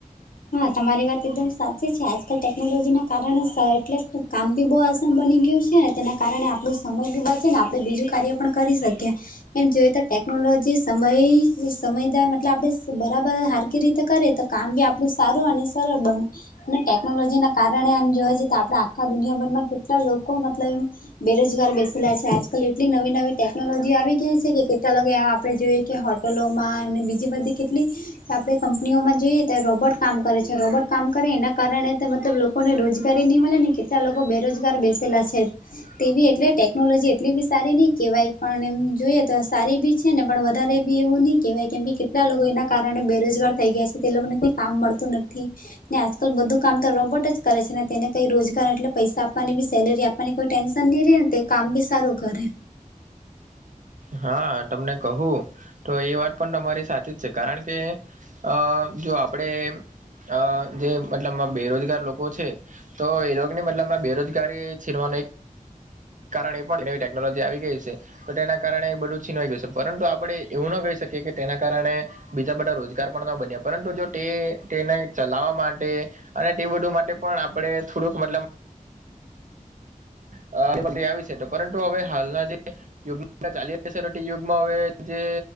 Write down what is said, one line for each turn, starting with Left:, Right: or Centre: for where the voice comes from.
Left: હા તમારી વાત એકદમ સાચી છે આજકાલ ટેકનોલોજી ના કારણે સા એટલે તો કામ બી બહુ આસાન બની ગયું છે તેના કારણે આપણું સમય બી બચે ને આપડે બીજું કાર્ય પણ કરી શકીએ. એમ જોઈએ તો ટેકનોલોજી સમય સમયદ મતલબ આપણેે બરાબર હારકી રીતે કરે તો કામ બી આપ બ સારું અને સરળ બને. અને ટેકનોલોજી ના કારણે એમ જોવે છે આપડે આખા દુનિયાભરમાં કેટલા લોકો મતલબ એમ બેરોજગાર બેસેલા છે આજકાલ એટલી નવી નવી ટેકનોલોજી આવી ગઈ છે કે કેટલા આમ આપણે જોઈએ કે હોટલોમાં એમને બીજી બધી કેટલી આપણેે કંપનીઓમાં જોઈએ તો રોબર્ટ કામ કરે છે રોબોટ કામ કરે એના કારણે મતલબ લોકોને રોજગારી નહી મળે ને કેટલા લોકો બેરોજગાર બેસે છે તેવી એટલે ટેકનોલોજી એટલી બી સારી નહિ કેવાય પણ એમ જોઈએ તો સારી બી છે ને પણ વધારે બી એવું નહી કેવાય કેમ કે કેટલા લોકો એના કારણે બેરોજગાર થઈ ગયા છે તે લોકોને ઈ કામ મળતું નથી. ને આજકાલ બધું કામ તો રોબોટ જ કરે છે ને તેને કઈ રોજગાર એટલે પૈસા આપવાની બી સેલેરી આપ કોઈ ટેન્શન નહી રહેે ને તો કામ બી સારું કરે
Right: હા તમને કહું તો એ વાત પણ તમારી સાચી જ છે કારણ કે અ જો આપડે અ જે મતલબ બેરોજગાર લોકો છે તો એ રોગની મતલબમાં બેરોજગારી છીનવાનો એક કારણ એ પણ નવી ટેકનોલોજી આવી ગઈ છે તો તેના કારણે બધું છીનવાઈ ગયું છે પરંતુ આપડે એવું ના કરી શકીએ કે તેના કારણે બીજા બધા રોજગાર પણ ના બન્યા પરંતુ જો તે તેને ચલાવવા માટે અને તે બધું માટે પણ આપડે થોડુંક મતલબ અ આવી છે પરંતુ હવે હાલના જે યુગમાં ચાલી રહ્યું યુગમાં હવે જે